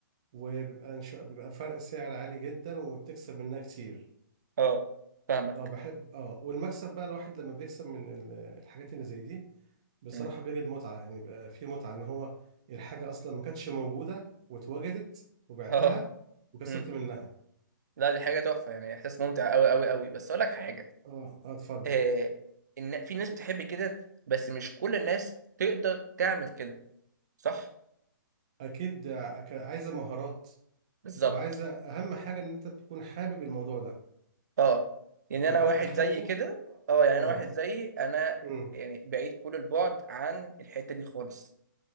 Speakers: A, on the right; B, on the right.
A: وبيبقى إن شاء- بيبقى فرق سعر عالي جدا وبتكسب منها كتير
B: اه فاهمك
A: اه بحب اه والمكسب بقى الواحد لما بيكسب من ال- الحاجات اللي زي دي بصراحة
B: امم
A: بيجد متعة يعني بقى في متعة إن هو الحاجة أصلا ما كانتش موجودة واتوجدت وبعتها
B: <laughs> اه
A: وكسبت
B: امم
A: منها
B: لا دي حاجة تحفة يعني احساس ممتع قوي قوي قوي بس اقول لك حاجة
A: اه اه اتفضل
B: آه إن في ناس بتحب كده بس مش كل الناس تقدر تعمل كده صح
A: أكيد ع- كان عايزة مهارات
B: بالظبط
A: وعايزة أهم حاجة إن أنت تكون حابب الموضوع ده
B: اه يعني
A: لو
B: انا واحد
A: أنت حابه
B: زي كده اه يعني
A: اه
B: انا واحد زي انا
A: امم
B: يعني بعيد كل البعد عن الحته دي خالص